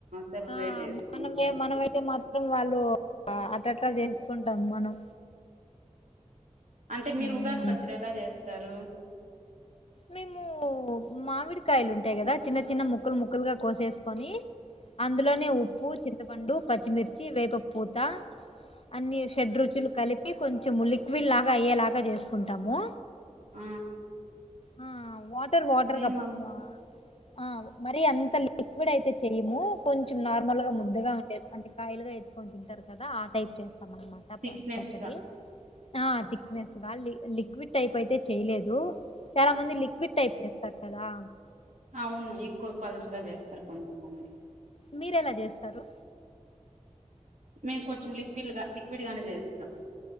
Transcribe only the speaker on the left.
ఆ
మనే మనమైతే మాం వాళ్ళు అట అట్లా చేసుకుంటాం మనం
మ్మ్
మేము మామిడికాయలు ఉంటాయి కదా చిన్న చి చిన్న ముక్కులు ముక్కులుగా కోసేస్త కొనీ అందులోనే ఉప్పు చిన్న పెద్ద పండు పచ్చిమిిర్చి వేప పూతా అన్ని షెడ్ రుచులు కలిపి కొంచము లిక్విడ్ లాగా అయ్యేలాగా చేసుకుంటాము
ఆ వాటర్ వాటర్
కప్పు ఆ మరి అంత లిక్విడ్ అయితే చెయ్యము కొంచెం నార్మల్ గా ముందుగా ఉండేది అంటే కాయలుగా ఎత్కొని తింటారు కదా ఆ టైప్ చేస్తారు ప్పమన మాట
ప పచ్చడి
ఆ థిక్నెస్గా లిక్విడ్ టైప్ అయితే చేయలేదు చాలా మంది లిక్విడ్ టైప్ చేస్తారు అదా
మీర ఎలా చేస్తారు